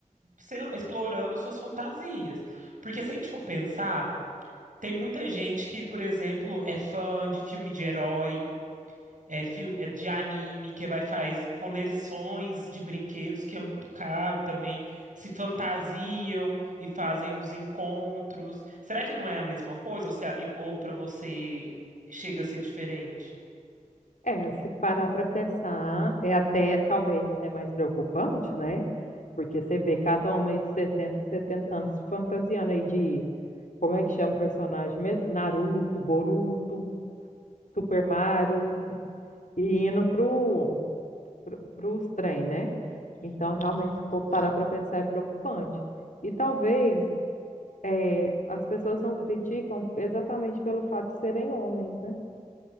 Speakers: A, on the right; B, on the left.
A: sei lá, explorando suas fantasias. Porque se a gente for pensar, tem muita gente que, por exemplo, é fã de filme de herói é filme é de anime que vai faz coleções de brinquedos que é muito caro também, se fantasiam e fazem os encontros. Será que não é a mesma coisa ou, se- ou para você chega a ser diferente?
B: É, se parar para pensar, é até, talvez até mais preocupante, né? Porque você vê cada homem de 60, 70 anos se fantasiando aí de, como é que chama o personagem mesmo? Naruto, Boruto, Super Mario, e indo pro, pro, pros trem, né? Então, realmente, se for parar para pensar, é preocupante. E talvez é, as pessoas não criticam exatamente pelo fato de serem homens, né?